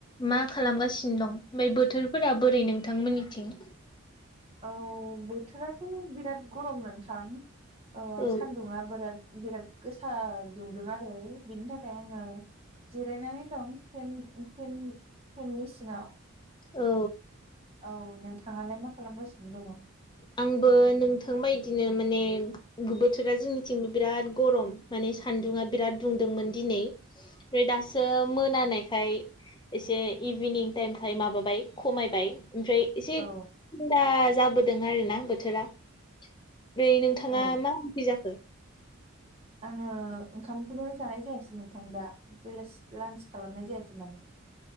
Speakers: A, on the left (about 20°); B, on the right (about 25°).
A: मा खालामगासिनो दं ओमफ्राय बोथोरफोरा बोरै नोंथांमोननिथिं
B: औ बोथोराथ' बिराद गरम नोंथां
A: औ
B: सानदुङा बिराद-बिराद गोसा दुंदों आरो बेनि थाखाय आङो जिरायनानै दं फेन फेन फेननि सिङाव
A: औ
B: औ नोंथाङालाय मा खालामगासिनो दङ
A: आंबो नोंथां बदिनो माने बोथोरा जोंनिथिंबो बिराद गरम माने सान्दुा बिराद दुंदोंमोन दिनै ओमफ्राय दासो मोनानायखाय एसे इभिनिं टाइमखाय माबाबाय खमायबाय ओमफ्राय एसे
B: औ
A: थन्दा जाबोदों आरो ना बोथोरा ओमफ्राय नोंथाङा
B: औ
A: मा उख्रोय जाखो
B: आङो ओंखामखौनो जानाय जायासै नोंथां दा बेलासि लान्स खालामनाय जायासै माने